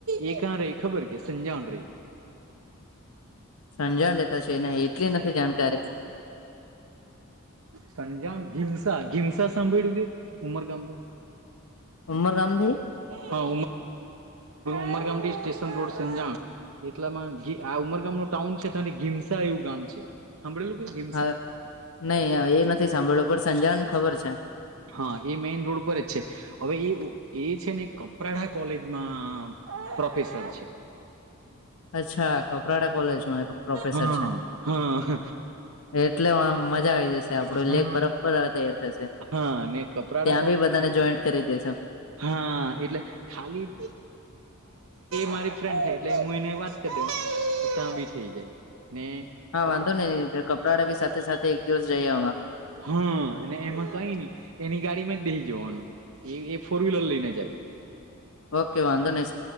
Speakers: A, on the right (about 75°); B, on the left (about 80°).
A: એ કયા રહે ખબર કે સંજાણ રહે.
B: સંજાણ રહેતા છે એને એટલી નથી જાણકારી,
A: સંજાણ ઘીમસા સાંભળું કેે ઉમરગામ.
B: ઉમરગામથી,
A: હા ઉમરગામ સ્ટેશન રોડ છે ત્યાં. એટલામાં આ ઉમરગામનું ટાઉન છે તો ઘીમસા એવું ગામ છે. સાંભળેલું કે <unintelligible>
B: હા નહી એ નથી સાંભળ્યું પણ સંજાણ ખબર છે.
A: હા એ મેઈન રોડ પર જ છે. હવે એ છે ને કપરાડા કોલેજમાં પ્રોફેસર છે.
B: અચ્છા કપરાડા કોલેજમાં એ પ્રોફેસર
A: હા
B: છે.
A: હા.
B: એટલે મજા આવી જશે આપડો
A: હા
B: લેબ બરાબર તૈયાર થશે.
A: હા ને કપરાડા
B: ત્યાં
A: કોલેજ
B: પણ બધાને જોઈન્ટ કરી દેસે,
A: હા એટલે, ખાલી મારી ફ્રેન્ડ થાય એટલે હું એને વાત કરી દઉં. તો ત્યાં પણ થઈ જાય ને,
B: હા
A: કપડા
B: વાંધો નહી કપરાડા પણ સાથે સાથે એક દિવસ જઈ આવા.
A: હા અને એમાં, કઈ નહી એની ગાડીમાં જ બેસી જવાનું એ ફોર વ્હીલર લઈને જાય.
B: ઓકે વાંધો નઇ